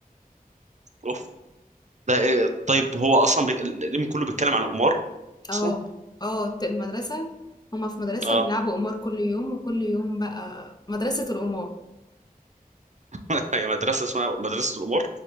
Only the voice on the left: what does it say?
اه
اه ت- المدرسه هما في مدرسه
وبيلعبوا قمار كل يوم وكل يوم بقى مدرسه القمار